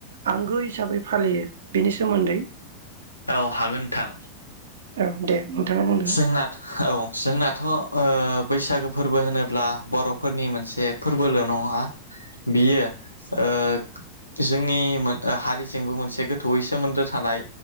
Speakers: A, on the right (about 65°); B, on the left (about 80°).
A: आंगो हिसाबै फालियो बिनि सोमोन्दै।
B: औ हागोन नोंथां
A: औ दे नोंथाङा बुंदो
B: जोंना औ जोंना थ' ओ बैसागो फोरबो होनोब्ला बर'फोरनि मोनसे फोरबोल' नङा बियो ओ जोंनि मोन ओ हारिजोंबो मोनसे गोथौयै सोमोन्दो थानाय